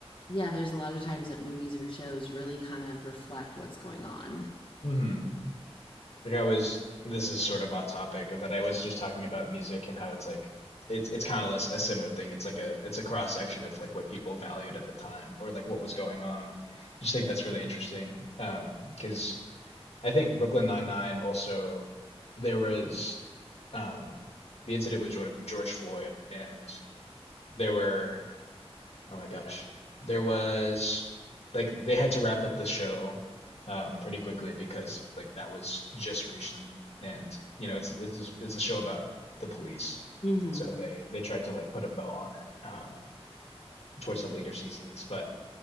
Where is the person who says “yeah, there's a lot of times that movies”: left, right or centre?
Left